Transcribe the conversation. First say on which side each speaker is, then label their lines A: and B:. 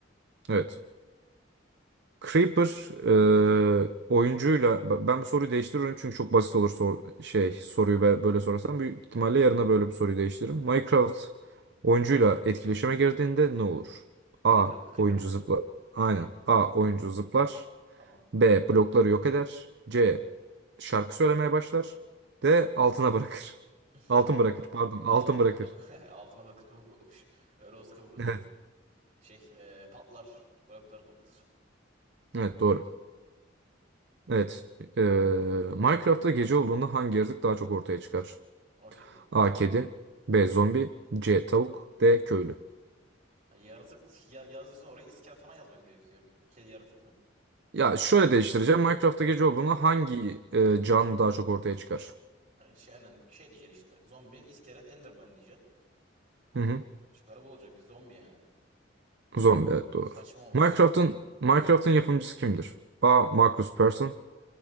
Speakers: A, on the right; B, on the right.
A: Evet. Creeper e, oyuncuyla b- ben bu soruyu değiştiriyorum çünkü çok basit olur sor, şey soruyu ben böyle sorarsam büyük ihtimalle yarına böyle bir soruyu değiştiririm. Minecraft oyuncuyla etkileşime girdiğinde ne olur? A.
B: Creeper mi? Creeper
A: Oyuncu
B: mu?
A: zıplar. Aynen. A. Oyuncu zıplar.
B: Tamam.
A: B. Blokları yok eder. C. Şarkı söylemeye başlar. D. Altına bırakır. <laughs>
B: <laughs>
A: Altın bırakır. Pardon. Altın
B: Alt,
A: bırakır.
B: <laughs> altına da kırkımık olmuş. Öyle olsa kırkımık
A: Evet.
B: olurdu. Şey e, patlar. Blokları patlatır.
A: Evet doğru. Evet. E, Minecraft'ta gece olduğunda hangi yaratık daha çok ortaya çıkar?
B: Okey.
A: A. Kedi B. Zombi C. Tavuk D. Köylü
B: Yaratık ya, yazdıysan oraya iskelet falan yazman gerekiyor. Kedi yaratık mı?
A: Ya şöyle değiştireceğim. Minecraft'ta gece olduğunda hangi e, can daha çok ortaya çıkar?
B: E, Şey, aynen, şey diyeceksin işte. Zombi, iskelet, enderman diyeceksin.
A: Hı hı.
B: Şıkları bu olacak. Zombi yani.
A: Zombi evet doğru.
B: Bu saçma olmuş.
A: Minecraft'ın Minecraft'ın yapımcısı kimdir? A. Marcus Persson